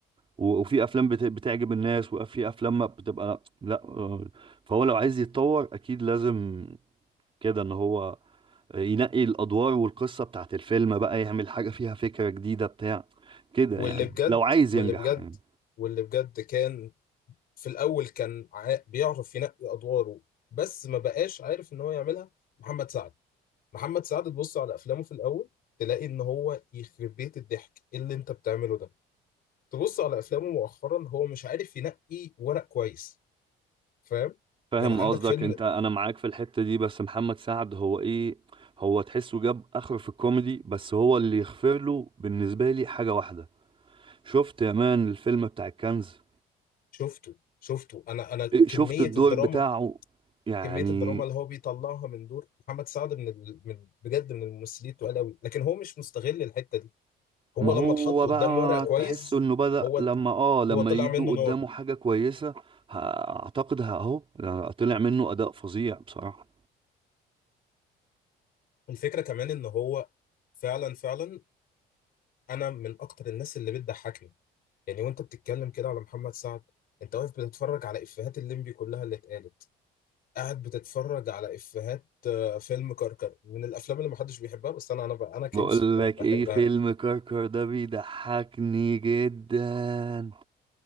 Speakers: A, on the right; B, on the left.
A: و- وفي افلام بت- بتعجب الناس وفي افلام ما بتبقى لا آه، فهو لو عايز يتطور اكيد لازم كده ان هو ينقي الادوار والقصه بتاعت الفيلم بقى يعمل حاجه فيها فكره جديده بتاع كده
B: واللي
A: يعني
B: بجد
A: لو عايز
B: واللي
A: ينجح
B: بجد
A: يعني.
B: واللي بجد كان في الاول كان ع- بيعرف ينقي ادواره بس ما بقاش عارف ان هو يعملها محمد سعد محمد سعد تبص على افلامه في الاول تلاقي ان هو يخرب بيت الضحك إيه اللي انت بتعمله ده تبص على افلامه مؤخرا هو مش عارف ينقي ورق كويس فاهم
A: فاهم
B: يعني عندك
A: قصدك
B: فيلم
A: انت انا معاك في الحتة دي بس محمد سعد هو ايه هو تحسه جاب اخر في الكوميدي بس هو اللي يغفر له بالنسبة لي حاجة واحدة شفت يا مان الفيلم بتاع الكنز
B: شفته شفته انا انا
A: إيه،
B: كمية
A: شفت الدور
B: الدراما
A: بتاعه يعني
B: كميه الدراما اللي هو بيطلعها من دور محمد سعد من ال... من بجد من الممثلين التقال قوي لكن هو مش مستغل الحته دي هو
A: ما هو
B: لما اتحط قدام
A: بقى
B: ورقه هو
A: تحسه
B: كويس
A: انه بدأ
B: هو
A: لما اه لما
B: هو طلع
A: يجي
B: منه
A: قدامه
B: نار
A: حاجة كويسة ه- اعتقد ه- اهو طلع منه اداء فظيع بصراحة
B: الفكره كمان ان هو فعلا فعلا انا من اكتر الناس اللي بتضحكني يعني وانت بتتكلم كده على محمد سعد انت واقف بتتفرج على افيهات الليمبي كلها اللي اتقالت قاعد بتتفرج على افيهات آه، فيلم كركر من الافلام اللي محدش بيحبها بس انا انا ب... انا كيوسف
A: بقول
B: ب-
A: لك
B: بحبها
A: ايه فيلم كركر ده بيضحكني جدا